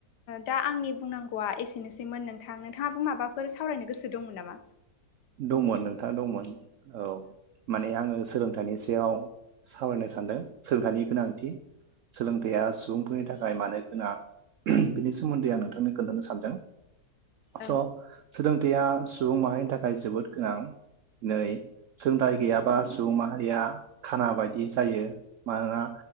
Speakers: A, on the left; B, on the right.
A: दा आंनि बुंनांगौआ एसेनोसैमोन नोंथां नोंथाङाबो माबाफोर सावरायनो गोसो दंमोन नामा?
B: दंमोन नोंथां दंमोन औ। माने आङो सोलोंथाइनि सायाव सावरायनो सानदों सोलोंथाइनि गोनांथि सोलोंथाइया सुबुंफोरनि थाखाय मानो गोनां। बिनि सोमोन्दै आं नोंथांनो खोन्थानो सानदों।
A: औ
B: स' सोलोंथाइया सुबुं माहारिनि थाखाय जोबोद गोनां जेरै सोलोंथाइ गैयाबा सुबुं माहारिया खाना बायदि जायो मानोना